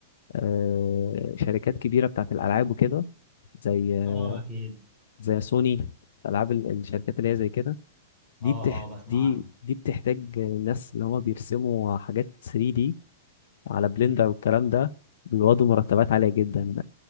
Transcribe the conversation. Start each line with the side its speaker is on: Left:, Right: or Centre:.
Left: آه، شركات كبيره بتاعت الالعاب وكده زي آه،
Centre: اه أكيد
Left: زي سوني العاب ال- الشركات اللي هي زي كده دي
Centre: اه
Left: بتح
Centre: اه بسمع
Left: دي
Centre: عنها
Left: دي بتحتاج ناس اللي هما بيرسموا حاجات 3 دي على بلندر
Centre: امم
Left: والكلام ده بيقبضوا مرتبات عاليه جدا